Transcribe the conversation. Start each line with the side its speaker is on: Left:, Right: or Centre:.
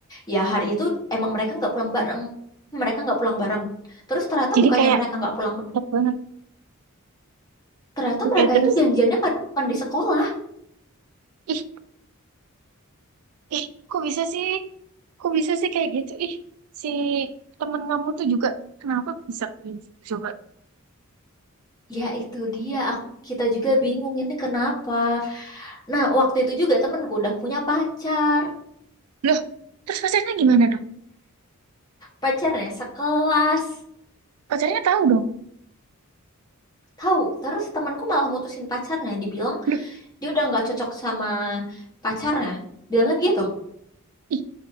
Left: ya hari itu emang mereka nggak pulang bareng, mereka nggak pulang bareng. Terus ternyata
Right: Jadi
Left: bukannya
Right: kayak
Left: mereka nggak pulang bareng,
Right: enak banget.
Left: ternyata
Right: Oke,
Left: mereka
Right: terus.
Left: itu janjiannya kadang bukan di sekolah.
Right: Ih, Ih, kok bisa sih? Kok bisa sih kayak gitu? Ih, si temen kamu tuh juga kenapa bisa kayak gitu coba?
Left: Ya itu dia, aku- kita juga bingung ini kenapa. Nah waktu itu juga temenku udah punya pacar,
Right: Loh, terus pacarnya gimana dong?
Left: pacarnya sekelas.
Right: Pacarnya tahu dong.
Left: Tahu, terus temanku malah mutusin pacarnya, dibilang
Right: Loh,
Left: dia udah nggak cocok sama pacarnya bilangnya gitu
Right: ih,